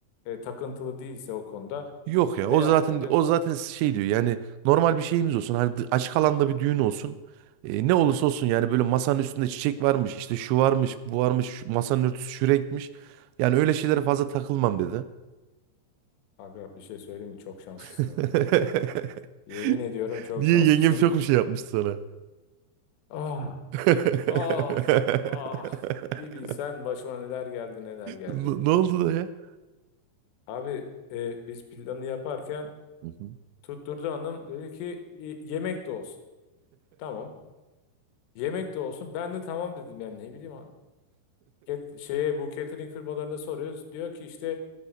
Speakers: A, on the left; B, on the right.
A: e, takıntılı değilse o konuda
B: Yok ya o
A: beyaz
B: zaten
A: böyle.
B: o zaten şey diyor yani normal bir şeyimiz olsun hani dı- açık alanda bir düğün olsun E, ne olursa
A: Hı.
B: olsun yani böyle masanın üstünde çiçek varmış işte şu varmış bu varmış şu- masanın örtüsü şu renkmiş yani öyle şeylere fazla takılmam dedi.
A: Aga bir şey söyleyeyim mi? Çok şanslısın
B: <laughs>
A: ha. Yemin ediyorum çok
B: Niye
A: şanslısın.
B: yengem çok bir şey yapmıştı sana?
A: Ah,
B: <laughs>
A: ah, ah. Bir bilsen başıma neler geldi neler geldi.
B: Ne ne oldu da ya?
A: Abi e, biz planı yaparken
B: Hı hı.
A: Tutturdu hanım. Dedi ki "E, yemek de olsun. Tamam. Yemek de olsun. Ben de tamam dedim yani ne bileyim hanım. Cat- şeye bu catering firmalarına soruyoruz. Diyor ki işte